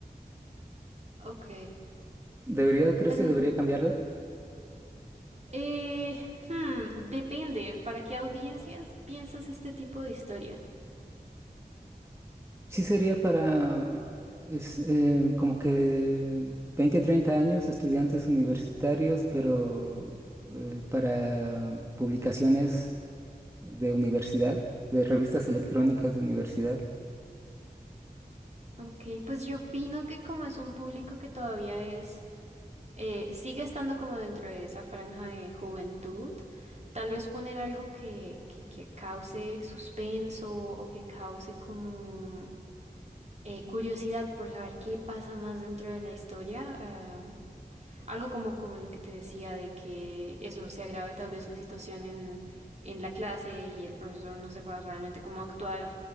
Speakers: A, on the right; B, on the right.
A: Ok.
B: ¿Debería, crees
A: Pues,
B: que
A: mm,
B: debería cambiarlo?
A: eh, hmm, depende, ¿para qué audiencias piensas este tipo de historia?
B: Sí sería para es, em, como que 20, 30 años, estudiantes universitarios, pero eh, para publicaciones de universidad, de revistas electrónicas de universidad.
A: Ok, pues yo opino que como es un público que todavía es, eh, sigue estando como dentro de esa franja de juventud, tal vez poner algo que, que, que cause suspenso o que cause como eh, curiosidad por saber qué pasa más dentro de la historia. ah, Algo como, como lo que te decía de que eso se agrave tal vez la situación en, en la clase y el profesor no sepa realmente cómo actuar.